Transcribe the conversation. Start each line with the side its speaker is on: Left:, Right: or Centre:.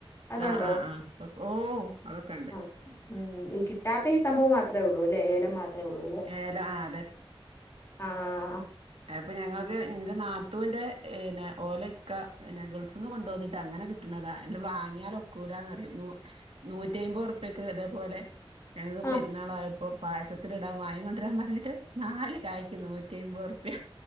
Left: അതുണ്ടോ
Right: ആഹ് ആഹ് ആഹ് പപ്പ ഓഹ് അതൊക്കെണ്ട്
Left: ആഹ് ഉം ഈ കിട്ടാത്ത ഈ സംഭവം മാത്രേയൊള്ളൂല്ലേ? ഏലം മാത്രേ ഒള്ളൂല്ലേ?
Right: ഏല ആഹ്
Left: ആഹ്
Right: അത്പ്പൊ ഞങ്ങക്ക് ഇന്റെ നാത്തൂന്റെ പിന്നെ ഓലെ ഇക്ക പിന്നെ ഗൾഫ്ന്ന് കൊണ്ടോന്ന്ട്ട് അങ്ങനെ കിട്ട്ണതാ അല്ലേ വാങ്ങിയാല് ഒക്കൂലാന്നറിയും നൂറ്റി അയ്മ്പത് ഉർപ്പ്യക്ക് ഇതേപോലെ ഞങ്ങക്ക്
Left: ആഹ്
Right: പെരുന്നാളയപ്പോ പായസത്തില്ടാം വാങ്ങി കൊണ്ടരാം പറഞ്ഞിട്ട് നാല് കായ് നൂറ്റി അയ്മ്പത് ഉറു